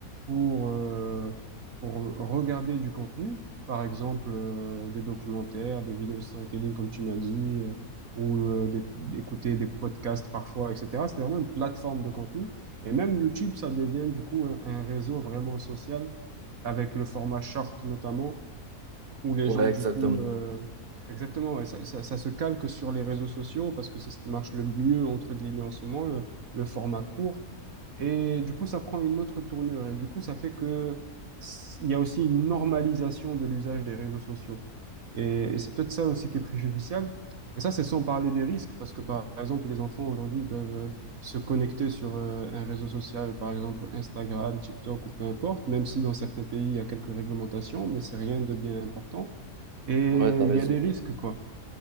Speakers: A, on the right (about 65°); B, on the right (about 40°).
A: pour euh, pour regarder du contenu, par exemple euh, des documentaires, des vidéos de storytelling, comme tu m'as dit, euh, ou euh, des- d'écouter des podcasts parfois, etc. C'était vraiment une plateforme de contenu. Et même YouTube, ça devient du coup un, un réseau vraiment social, avec le format short notamment, où les
B: Ouais,
A: gens
B: exactement.
A: du coup, euh, exactement, ouais, ça, ça- ça se calque sur les réseaux sociaux parce que c'est ce qui marche le mieux entre guillemets en ce moment, le, le format court. Et du coup, ça prend une autre tournure. Et du coup, ça fait que s- il y a aussi une normalisation de l'usage des réseaux sociaux. Et, et c'est peut-être ça aussi qui est préjudiciable. Et ça, c'est sans parler des risques, parce que par exemple, les enfants aujourd'hui, ils peuvent euh, se connecter sur euh, un réseau social, par exemple Instagram, TikTok ou peu importe, même si dans certains pays, il y a quelques réglementations, mais c'est rien de bien important. Et
B: Ouais, t'as raison.
A: il y a des Ok. risques, quoi.